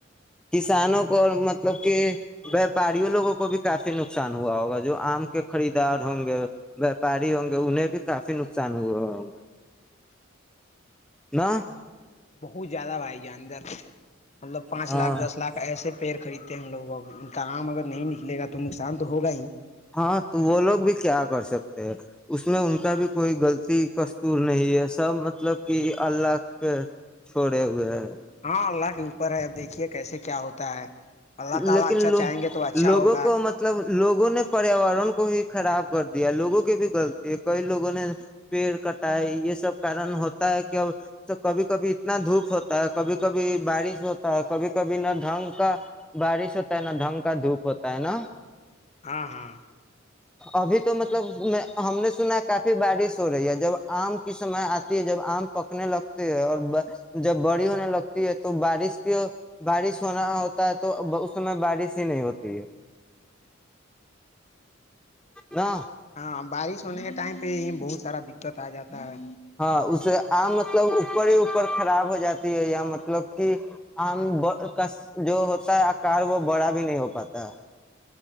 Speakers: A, in the centre; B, on the left (about 35°).
A: کسانوں کو مطلب کہ ویاپاریوں لوگوں کو کو بھی کافی نقصان ہوا ہوگا جو آم کے خریدار ہوں گے ویاپاری ہوں گے انہیں بھی کافی نقصان ہوا ہوگا نہ
B: بہت زیادہ بھائی ج اندر مطلب پانچ
A: ہاں
B: لاکھ دس لاکھ ایسے پڑ خریدتے ہیں ہم لوگ اب کام اگر نہیں نکلے گا تو نقصان تو ہوگا ہی
A: ہاں تو وہ لوگ بھی کیا کر سکتے ہیں اس میں ان کا بھی کوئی غلطی کستور نہیں ہے سب مطلب کہ اللہ پہ چھوڑے ہوئے ہے
B: ہاں اللہ کے اوپر ہے اب دیکھیے کیسے کیا ہوتا ہے اللہ تعالی
A: لیکنو
B: اچھا چاہیں گے تو اچھا
A: لوگوں
B: ہوگا
A: کو مطلب لوگوں نے پریاور کرن کو ہی خراب کر دیا لوگوں کی بھی غلط ہے کئی لوگوں نے پیڑ کٹائے یہ سب کارن ہوتا ہے کہ اب کبھی کبھی اتنا دھوپ ہوتا ہے کبھی کبھی بارش ہوتا ہے کبھی کبھی نہ ڈھنگ کا بارش ہوتا ہے نہ ڈھنگ کا دھوپ ہوتا ہے نا
B: ہاں ہاں
A: ابھی تو مطلب ہم نے سنا ہے کافی بارش ہو رہی ہے جب آم کی سمے آتی ہے جب آم پکنے لگتے ہے اور جب بڑی ہونے لگتی ہے تو بارش کی بارش ہونا ہوتا ہے تو اس سمے بارش ہی نہیں ہوتی ہے نا
B: ہاں بارش ہونے کے ٹائم پہ یہ بہت سارا دقت آ جاتا ہے
A: ہاں اسے آ مطلب اپر ہی اوپر خراب ہو جاتا ہے یا مطلب کہ آم کا جو ہوتا <unintelligible> آار وہ بڑا بھی نہیں ہو پاتا تا